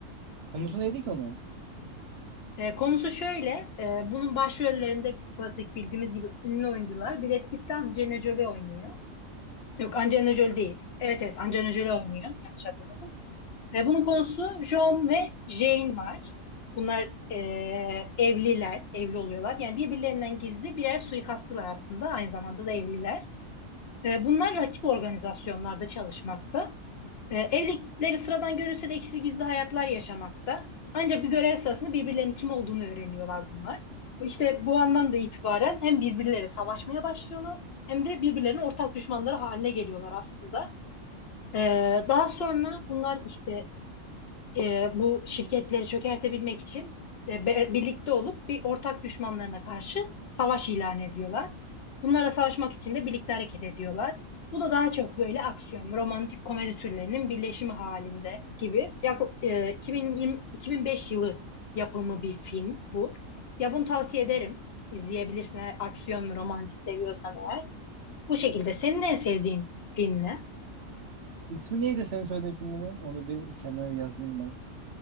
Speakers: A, on the right; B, on the left.
A: konusu neydi ki onun?
B: Ee, konusu şöyle. e, bunun başrollerinde klasik bildiğimiz gibi ünlü oyuncular Brad Pitt ile Angelina Jolie oynuyor. Yok Angelina Jolie değil. Evet evet Angelina Jolie oynuyor. Yanlış hatırlamıyorum. Ve bunun konusu John ve Jane var. Bunlar eee, evliler, evli oluyorlar. Yani birbirlerinden gizli birer suikastçılar aslında. Aynı zamanda da evliler. Eee, bunlar rakip organizasyonlarda çalışmakta. Eee, evlilikleri sıradan görünse de ikisi gizli hayatlar yaşamakta. Ancak bir görev sırasında birbirlerinin kim olduğunu öğreniyorlar bunlar. İşte bu andan da itibaren hem birbirleriyle savaşmaya başlıyorlar hem de birbirlerinin ortak düşmanları haline geliyorlar aslında. Ee, daha sonra bunlar işte e, bu şirketleri çökertebilmek için e, be- birlikte olup bir ortak düşmanlarına karşı savaş ilan ediyorlar. Bunlara savaşmak için de birlikte hareket ediyorlar. Bu da daha çok böyle aksiyon, ve romantik komedi türlerinin birleşimi halinde gibi. Yak e, 2020 2005 yılı yapımı bir film bu. Ya bunu tavsiye ederim. İzleyebilirsin eğer aksiyon ve romantik seviyorsan eğer. Bu şekilde senin en sevdiğin film ne?
A: İsmi neydi senin söylediğin filminin? Onu bir kenara yazayım ben.